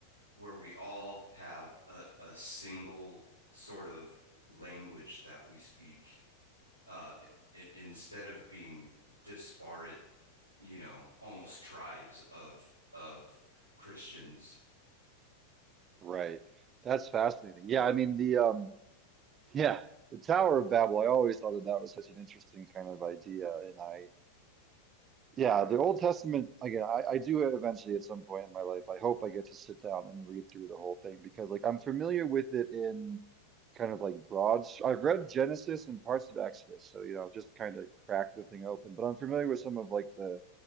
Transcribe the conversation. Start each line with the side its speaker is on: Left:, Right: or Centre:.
Left: where we all have a, a single sort of language that we speak uh, instead of being disparate you know almost tribes of of Christians.
Right: Right. That's fascinating. Yeah, I mean the um Yeah, the Tower of Babel. I always thought that that was such an interesting kind of idea, and I yeah, the Old Testament, again, I, I do eventually at some point in my life. I hope I get to sit down and read through the whole thing because, like, I'm familiar with it in kind of like broad. str- I've read Genesis and parts of Exodus, so, you know, just kind of cracked the thing open, but I'm familiar with some of like the